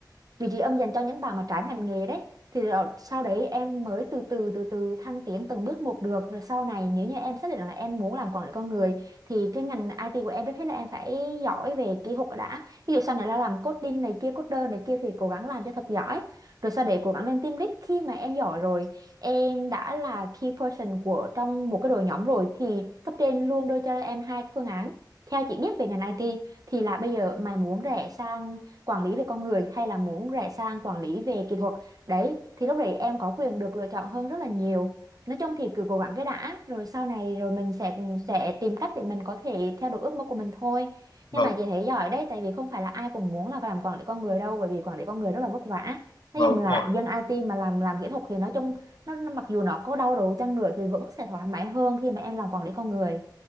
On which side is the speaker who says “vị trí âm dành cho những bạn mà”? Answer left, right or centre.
Right